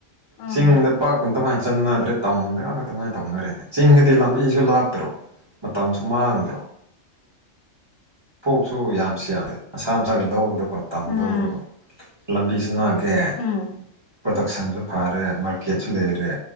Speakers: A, on the left (about 80°); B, on the right (about 20°).
A: ꯎꯝ
B: ꯆꯤꯡꯗ ꯄꯥꯛꯀꯇꯥꯏꯅꯁꯤ ꯆꯠꯅꯗ꯭ꯔꯦ ꯇꯥꯎꯅꯗꯒꯒ ꯑꯗꯨꯃꯥꯏꯅ ꯇꯧꯅꯔꯦꯅ ꯆꯤꯡꯒꯤꯗꯤ ꯂꯝꯕꯤꯁꯨ ꯂꯥꯞꯇ꯭ꯔꯣ ꯃꯇꯝꯁꯨ ꯃꯥꯡꯗ꯭ꯔꯣ ꯄꯣꯠꯊꯣꯛꯁꯨ ꯌꯥꯝꯁꯨ ꯌꯥꯝꯗꯦ ꯃꯁꯥ ꯃꯁꯥꯒꯤ ꯂꯧꯕꯗꯀꯣ ꯇꯝ
A: ꯎꯝ
B: ꯂꯗꯀꯣ ꯂꯝꯕꯤꯁꯤ ꯅꯥꯑꯒꯦꯗꯛ
A: ꯎꯝ
B: ꯀꯛꯁꯟꯁꯨ ꯐꯔꯦ ꯃꯥꯔꯀꯦꯠꯁꯨ ꯂꯩꯔꯦ